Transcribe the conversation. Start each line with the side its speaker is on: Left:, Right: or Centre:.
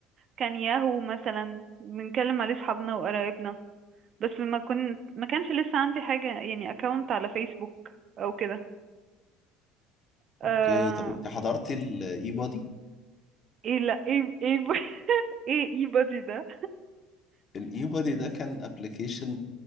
Right: كان ياهو مثلا بنكلم عليه اصحابنا وقرايبنا بس ما كنت ما كانش لسه عندي حاجه يعني اكونت على فيسبوك او كده آه...
Left: اوكي طب انت حضرتي الاي بودي
Right: ايه لا ايه ايه <laughs> ايه اي بادي ده
Left: الاي بودي ده كان ابلكيشن